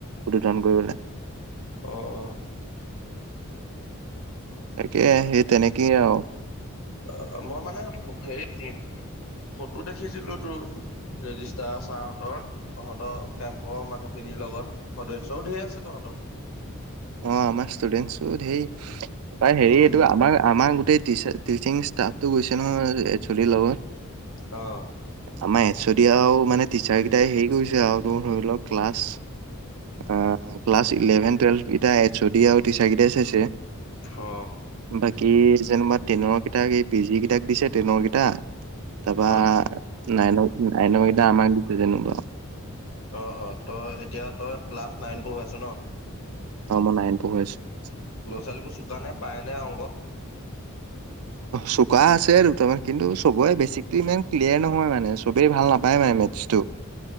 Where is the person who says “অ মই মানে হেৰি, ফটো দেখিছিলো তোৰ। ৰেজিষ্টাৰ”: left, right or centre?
Left